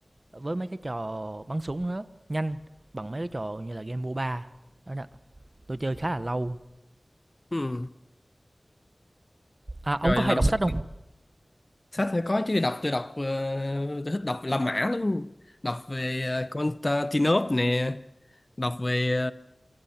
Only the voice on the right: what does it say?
với mấy cái trò bắn súng đó nhanh bằng mấy cái trò như là game MOBA đó nè tôi chơi khá là lâu
à ông
có hay
đọc
sách không